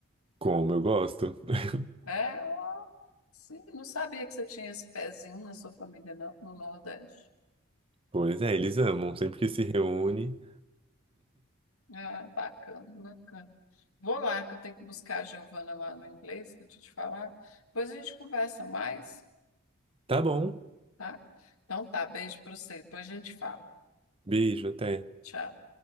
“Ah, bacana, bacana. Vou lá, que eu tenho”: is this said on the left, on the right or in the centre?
Left